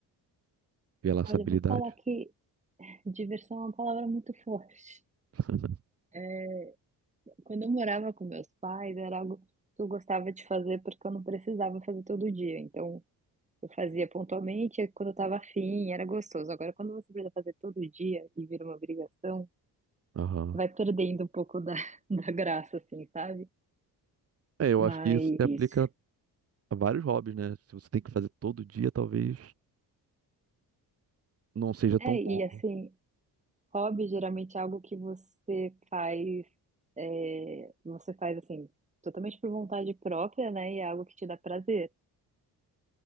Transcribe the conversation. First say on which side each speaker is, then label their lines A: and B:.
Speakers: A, on the right; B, on the right.
A: pela essa
B: olha,
A: habilidade?
B: eu vou falar que. Diversão é uma palavra muito forte.
A: <laughs>
B: É, quando eu morava com meus pais, era algo que eu gostava de fazer porque eu não precisava fazer todo dia. Então, eu fazia pontualmente, e quando eu estava afim, era gostoso. Agora, quando você precisa fazer todo dia e vira uma obrigação,
A: Aham.
B: vai perdendo um pouco da, <laughs> da graça, assim, sabe?
A: É, eu
B: Mas,
A: acho que isso se aplica a vários hobbies, né? Se você tem que fazer todo dia, talvez não seja
B: é,
A: tão bom.
B: e assim, hobby geralmente é algo que você faz, é, você faz, assim, totalmente por vontade própria, né? E é algo que te dá prazer.